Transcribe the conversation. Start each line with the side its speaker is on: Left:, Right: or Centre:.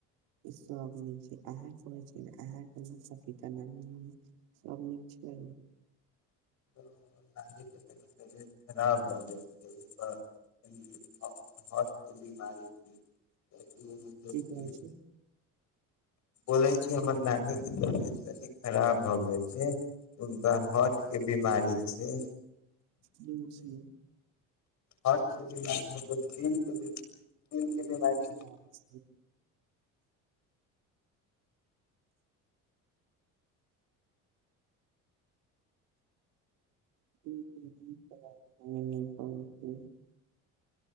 Right: सभ मिल छै, अहाँ कहै छै, अह माता-पिता ने। सब नीक छै।
Left: नानी के तबियत खराब भऽ गेल छै। कनि हार्ट के बीमारी छै, मतलब
Right: की
Left: छै।
Right: कहै
Left: बोले छी, हमर नानी के तबियत कनि खराब भऽ गेल छै। हुनका हार्ट के बीमारी छै।
Right: ब छै।
Left: हर्ट के बीमारी दिल के बीमारी।
Right: अच्छा। <unintelligible>